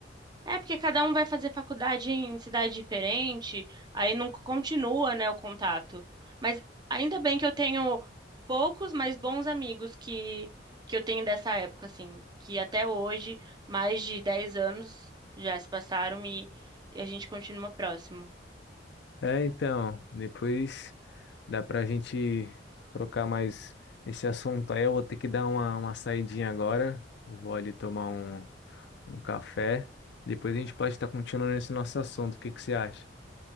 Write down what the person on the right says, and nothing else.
É, porque cada um vai fazer faculdade em cidade diferente, aí não continua, né, o contato. Mas ainda bem que eu tenho poucos, mas bons amigos que, que eu tenho dessa época, assim, que até hoje, mais de 10 anos já se passaram e, e a gente continua próximo.